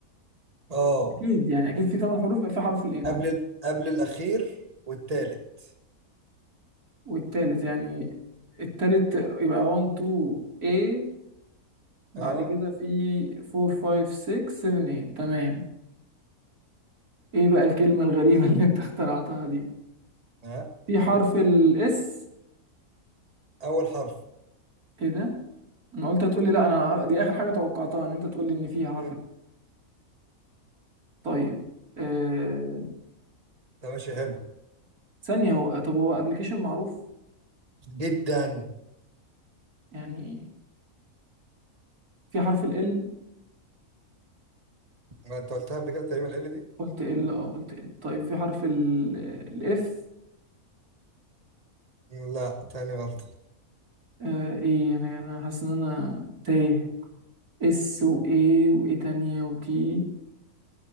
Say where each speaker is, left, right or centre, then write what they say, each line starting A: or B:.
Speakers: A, on the right; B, on the right.
A: آه.
B: اكيد يعني اكيد في ثمان حروف يبقى في حرف الايه طبعا
A: قبل ال- قبل الأخير والتالت
B: والتالت يعني التالت يبقى 1 2 A بعد
A: اه
B: كده في 4 5 6 7 8 تمام ايه بقى الكلمة الغريبة اللي انت اخترعتها دي
A: ها
B: في
A: هتشوف
B: حرف الاس
A: أول حرف
B: ايه ده انا قلت هتقولي لا انا دي اخر حاجة توقعتها ان انت تقولي ان فيها حرف
A: مم.
B: ال. طيب آه...
A: ده ماشي حلو
B: ثانية هو طب هو ابلكيشن معروف
A: جدا
B: يعني في حرف ال L
A: ما أنت قلتها قبل كده تقريبا ال دي
B: قلت ال اه قلت ال طيب في حرف ال الاف
A: لا تاني غلطة
B: آه ايه يعني انا حاسس ان انا تايه اس وايه وايه تانية وتي